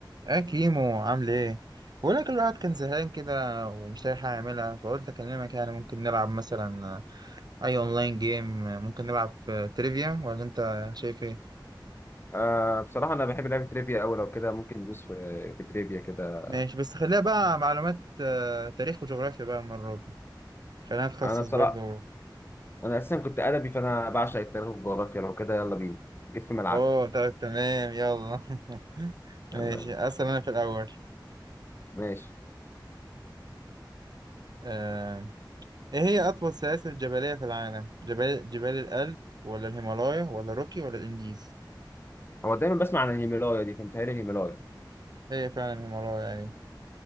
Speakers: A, on the right; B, on the left.
A: يا كيمو عامل ايه؟ بقول لك الواحد كان زهقان كده ومش لاقي حاجة يعملها فقلت اكلمك يعني ممكن نلعب مثلا اي اونلاين جيم ممكن نلعب في تريفيا ولا انت شايف ايه؟
B: آه بصراحة أنا بحب لعبة تريفيا أوي لو كده ممكن ندوس في في تريفيا كده
A: ماشي بس خليها بقى معلومات آه، تاريخ وجغرافيا بقى المرة دي خلينا نتخصص
B: أنا بصراحة
A: برضو
B: أنا أساسا كنت أدبي فأنا بعشق التاريخ والجغرافيا لو كده يلا بينا جيت في ملعبي
A: اوه طيب تمام يلا <laughs>
B: يلا
A: ماشي
B: بينا.
A: اسأل انا في الاول
B: ماشي
A: آه، ايه هي اطول سلاسل جبلية في العالم؟ جبال جبال الألب ولا الهيمالايا ولا روكي ولا الانديز؟
B: هو دايما بسمع عن الهيمالايا دي فمتهيألي الهيمالايا
A: هي فعلا الهيمالايا أيوة.